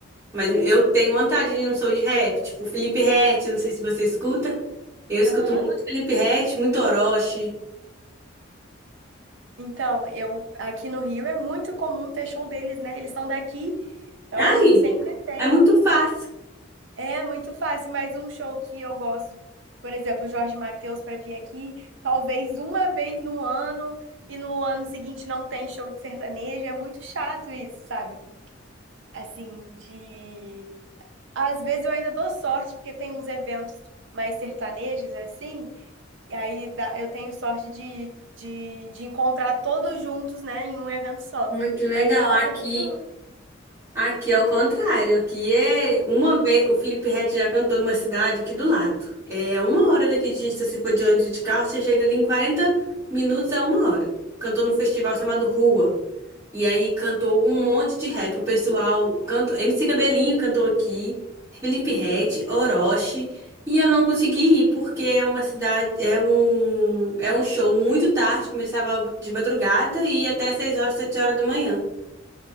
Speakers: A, on the right; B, on the right.
A: Mas
B: É.
A: eu tenho vontade de ir num show de rap, tipo Felipe Ret, não sei se você escuta. Eu escuto
B: Aham.
A: muito Felipe Ret, muito Orochi.
B: Então, eu aqui no Rio é muito comum ter show deles, né? Eles são daqui, então
A: Ai,
B: sempre tem.
A: é muito fácil.
B: É muito fácil, mas um show que eu gosto, por exemplo, o Jorge Mateus para vir aqui, talvez uma vez no ano e no ano seguinte não tem show de sertanejo, é muito chato isso, sabe? Assim, de às vezes eu ainda dou sorte porque tem uns eventos mais sertanejos assim, e aí dá- eu tenho sorte de, de, de encontrar todos juntos, né, em um evento só.
A: Muito legal.
B: Mas nossa,
A: Aqui
B: é muito
A: Aqui é o contrário, aqui é uma vez, o Felipe Ret já cantou numa cidade aqui do lado. É uma hora daqui de, se você for de ônibus e de carro, você chega ali em quarenta minutos a uma hora. Cantou num festival chamado Rua. E aí cantou um monte de rap. O pessoal cantou, MC Cabelinho cantou aqui, Felipe Ret, Orochi. E eu não consegui ir porque é uma cidade, é um, é um show muito tarde, começava de madrugada e ia até 6 horas, 7 horas da manhã.